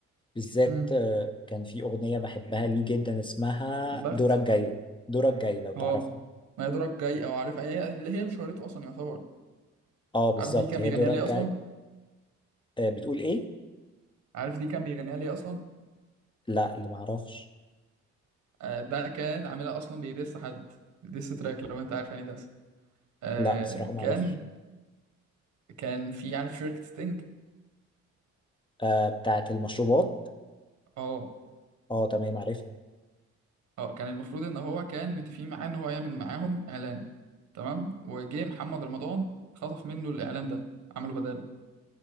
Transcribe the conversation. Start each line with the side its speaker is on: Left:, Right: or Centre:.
Left: بالذات
Right: امم
Left: آه، كان في اغنيه بحبها ليه جدا اسمها
Right: البخت
Left: دورك جاي دورك جاي لو تعرفها
Right: اه ما يدرك جاي أو عارف هي اللي هي اللي شهرته أصلا يعتبر
Left: اه بالظبط
Right: عارف دي كان
Left: هي
Right: بيغنيها
Left: دورك
Right: ليه
Left: جاي
Right: أصلا
Left: آه، بتقول ايه
Right: عارف دي كان بيغنيها ليه أصلا
Left: لا اللي ما اعرفش
Right: آه ده كان عاملها أصلا بيدس حد ديس تراك لو أنت عارف يعني دس آه
Left: لا بصراحه ما
Right: كان
Left: اعرفش
Right: كان في عارف شركة ستينج
Left: آه بتاعت المشروبات
Right: اه
Left: اه تمام عرفت
Right: اه كان المفروض ان هو كان متفقين معاه ان هو هيعمل معاهم اعلان تمام وجه محمد رمضان خطف منه الاعلان ده عمله بداله